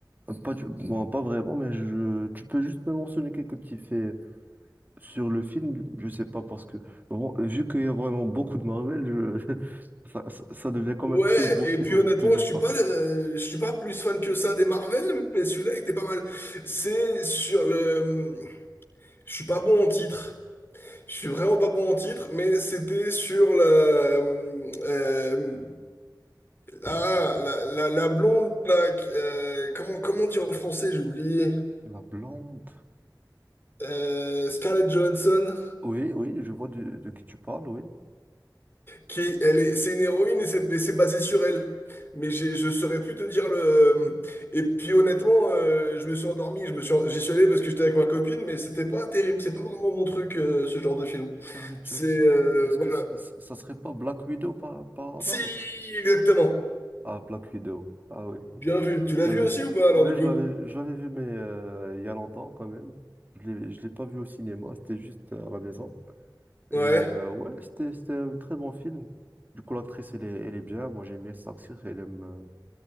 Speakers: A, on the right; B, on the left.
A: Euh, Pas, du- bon, pas vraiment, mais je, tu peux juste me mentionner quelques petits faits sur le film. Je sais pas, parce que bon, vu qu'il y a vraiment beaucoup de Marvel, je- <laughs> ça, ça ça devient comme
B: Ouais,
A: un très gros
B: et
A: film
B: puis
A: avec
B: honnêtement,
A: plusieurs
B: je suis
A: parties.
B: pas le, je suis pas plus fan que ça des Marvel, mais celui-là était pas mal. C'est sur le, je suis pas bon en titre. Je suis vraiment pas bon en titre, mais c'était sur le, euh, Ah, la, la, la blonde, là, qui- euh, comment, comment dire en français, j'ai oublié.
A: La blonde.
B: Euh, Scarlett Johansson,
A: Oui, oui, je vois de, de qui tu parles, oui.
B: qui, elle est, c'est une héroïne et c'est et c'est basé sur elle. Mais j'ai- je saurais plus te dire le. Et puis honnêtement, euh, je me suis endormi, je me suis, en- j'y suis allé parce que j'étais avec ma copine, mais c'était pas terrible, c'est pas vraiment mon truc, euh, ce genre de film.
A: Scarlett Johnson,
B: C'est euh,
A: est-ce
B: voilà.
A: que c- c- ça serait pas Black Widow par, par
B: Si,
A: hasard?
B: exactement.
A: Ah, Black Widow. Ah oui,
B: Bien vu. Tu l'as
A: j'avais
B: vu aussi
A: vu.
B: ou pas alors
A: Oui,
B: du coup?
A: je l'avais, je l'avais vu, mais euh, il y a longtemps quand même. Je l'ai, je l'ai pas vu au cinéma, c'était juste euh, à la maison. Et
B: Ouais.
A: euh, ouais, c'était, c'était un très bon film. Du coup, l'actrice, elle est, elle est bien. Moi, j'aime bien cette actrice. Elle aime, euh,